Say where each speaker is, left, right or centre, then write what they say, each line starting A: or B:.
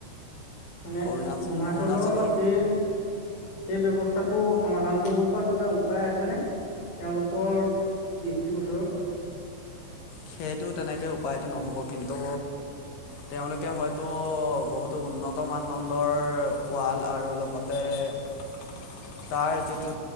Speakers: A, on the left; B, on the left.
A: মানে
B: অৰুণা
A: আৰুনাচলৰ
B: অৰুণাচলৰ
A: সেই সেই ব্যৱস্থাত টো সমাধান কৰিব পৰা কিবা উপায় আছেনে? তেওঁলোকৰ দৃষ্টি ওচৰত
B: সেইটো তেনেকে উপায়তটো নহ'ব কিন্তু তেওঁলোকে হয়তো বহুতো উন্নত মানদণ্ডৰ ৱাল আৰু লগতে। <unintelligible> তাৰ যিটো